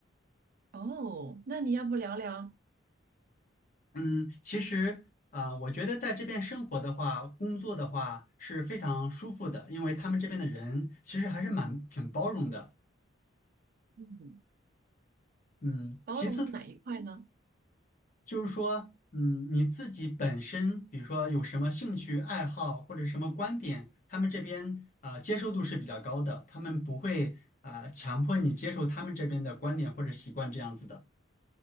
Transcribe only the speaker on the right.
哦，那你要不聊聊，
嗯，
包容是哪一块呢？